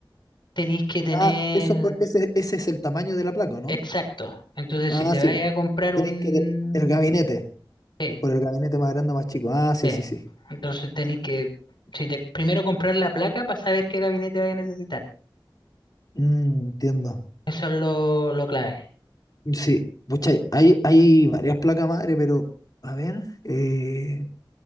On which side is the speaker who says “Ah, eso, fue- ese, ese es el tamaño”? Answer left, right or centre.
Left